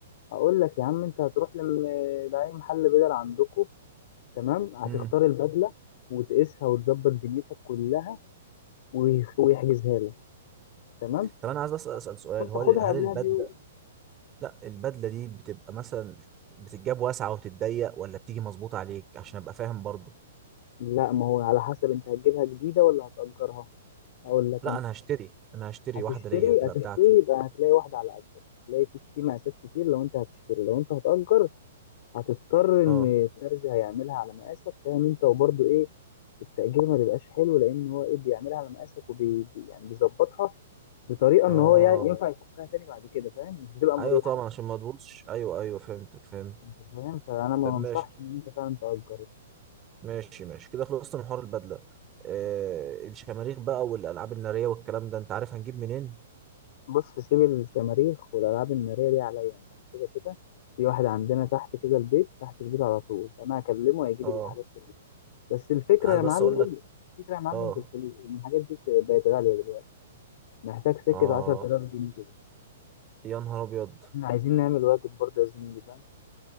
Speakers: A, on the left (about 40°); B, on the right (about 15°).
A: هقول لك يا عم انت هتروح لم... لاي محل بدل عندكم تمام هتختار
B: امم
A: البدله وتقيسها وتظبط دنيتك كلها ويخ- ويحجزها لك تمام
B: طب انا عايز بس اسال سؤال
A: تروح
B: هو
A: تاخدها
B: هل
A: قبلها
B: البدله
A: بيوم
B: لا البدله دي بتبقى مثلا بتتجاب واسعه وتتضيق ولا بتيجي مظبوطه عليك عشان ابقى فاهم برضو
A: لا ما هو على حسب انت هتجيبها جديده ولا هتأجرها هقول لك
B: لا
A: انا
B: انا هشتري انا هشتري
A: هتشتري
B: واحده ليا تبقى
A: هتشتري
B: بتاعتي
A: يبقى هتلاقي واحده على قدك هتلاقي في كتير مقاسات كتير لو انت هتشتري لو انت هتأجر هتضطر ان
B: اه
A: الترزي هيعملها على مقاسك فاهم انت وبرضه ايه التأجير ما بيبقاش حلو لأن هو إيه بيعملها على مقاسك وبي بي- يعني بيظبطها بطريقه
B: اه
A: ان هو يعني ينفع يفكها تاني بعد كده فاهم مش بتبقى مريحه
B: ايوه طبعا
A: يعني
B: عشان ما تبوظش ايوه ايوه فهمتك فهمت
A: انت فاهم فانا ما
B: طب ماشي
A: بنصحش ان انت فعلا تأجر يعني
B: ماشي ماشي كده خلصت من حوار البدله آه الشماريخ بقى والالعاب الناريه والكلام ده انت عارف هنجيب منين
A: بص سيب الشماريخ والالعاب الناريه دي عليا يعني انا كده كده في واحد عندنا تحت كده البيت تحت البيت على طول انا هكلمه هيجيب
B: اه
A: لي الحاجات كلها بس الفكره
B: انا عايز
A: يا معلم
B: بس اقول لك
A: الفكره يا معلم
B: اه
A: في الفلوس لان الحاجات دي بقت غاليه دلوقتي محتاج سكه
B: اه
A: 10000 جنيه كده
B: يا نهار ابيض
A: احنا عايزين نعمل واجب برضه يا زميلي فاهم